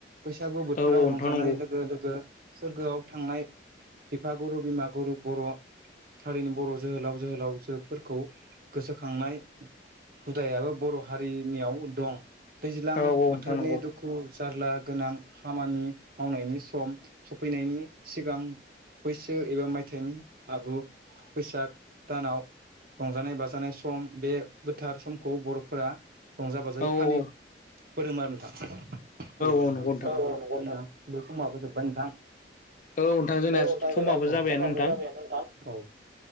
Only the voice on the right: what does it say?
बैसागु बोथोराव
रंजानाय
लोगो लोगो सोरगोआव थांनाय बिफा गुरु बिमा गुरु बर' हारिनि बर' जोहोलाव जोहोलावजोफोरखौ गोसोखांनाय हुदायाबो बर' हारिनियाव दं दैज्लां
बोथोरनि
दुखु जारला गोनां खामानि मावनायनि सम सफैनायनि सिगां बैसो एबा मायथाइनि आगु बैसाग दानाव रंजानाय बाजानाय सम बे गोथार समखौ बर'फोरा रंजा बाजायै
फालिबोदों आरो नोंथां औ
नोथां
औ औ नंगौ नोंथां जोंना समाबो जोब्बाय नोंथां
औ नोंथां
जोंनिया
समाबो
जाबायानो नोंथां औ